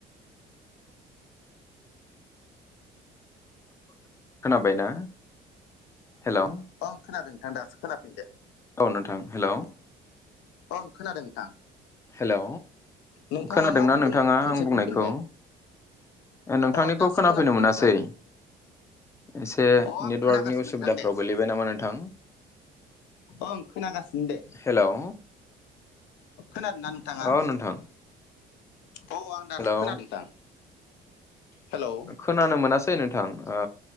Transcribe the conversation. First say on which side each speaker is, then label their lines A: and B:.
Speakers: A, on the left; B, on the left.
A: खोनाबाय ना? हेलौ
B: ओं खोनादों नोंथां दासोखोनाफिनदो।
A: औ नोंथां, हेलौ
B: अं खोनादों नोंथां।
A: हेलौ
B: नोंथाङा
A: खोनादोंना
B: मा बुंदोंमोन
A: नोंथाङा
B: खनसे
A: आं
B: बुंफिनलाय
A: बुंनायखौ? ओ नोंथांनिखौ
B: अ दासो
A: खोनाफैनो
B: खोनाफैदों
A: मोनासै।
B: नोंथां
A: एसे
B: अ आं
A: नेटवार्कनि
B: खोनागासिनो
A: उसुबिदाफ्राव
B: नोंथां दे
A: गोलैबाय नामा नोंथां?
B: ओं खोनागासिनो दे।
A: हेलौ
B: खोनादों ना नोंथांङा?
A: औ नोंथां
B: औ आं दासो
A: हेलौ
B: खोनादोंदां। हेलौ
A: खोनानो मोनासै नोंथां। ओ